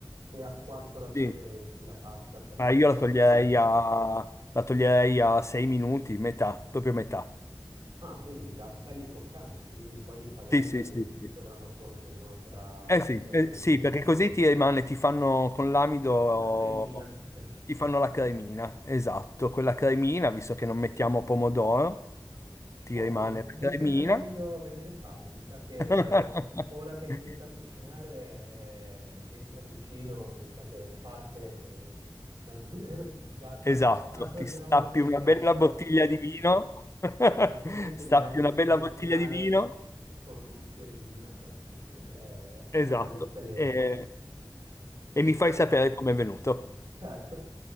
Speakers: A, on the right; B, on the left.
A: te a quanto la toglieresti
B: Sì.
A: la pasta per
B: Ah,
A: farla
B: io
A: risottare?
B: la toglierei a, la toglierei a 6 minuti, metà, proprio metà.
A: Ah, quindi già belli croccanti, quindi poi in padella
B: Sì, sì,
A: mi
B: sì, sì.
A: dovranno cuocere un'altra
B: Eh
A: 7-8
B: sì, eh
A: minuti.
B: sì, perché così
A: Mm.
B: ti rimane, ti fanno con l'amido,
A: La cremina. <laughs>
B: ti fanno la cremina, esatto, quella cremina, visto che non mettiamo pomodoro, ti
A: Ottimo,
B: rimane
A: mi
B: la
A: stai
B: cremina.
A: facendo venire fame. Mi sa che
B: <laughs>
A: ora che mi metto a cucinare, eh, mentre cucino, mi sa che parte, eh, me la- <laughs> già assaggerò,
B: Esatto,
A: assaggerò
B: ti stappi
A: molto spesso.
B: una bella bottiglia
A: <laughs>
B: di vino, <laughs>
A: Sì, non c'è niente
B: stappi
A: di meglio
B: una
A: che
B: bella
A: cucinare
B: bottiglia di vino,
A: con un bicchiere di vino a fianco, sì, eh,
B: esatto,
A: è una bella esperienza.
B: e, e mi fai sapere com'è venuto.
A: Certo,